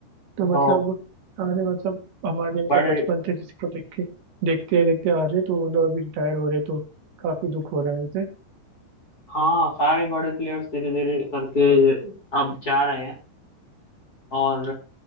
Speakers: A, on the right; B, on the left.
A: तो
B: ओ
A: मतलब सारे मतलब हमारे मतलब
B: बड़े
A: बचपन से जिसको देख के देखते देखते आ रहे तो वो लोग अभी रिटायर हो रहे तो काफी दुख हो रहा है उनसे।
B: हाँ सारे बड़े प्लेयर्स धीरे धीरे करके अब जा रहे हैं और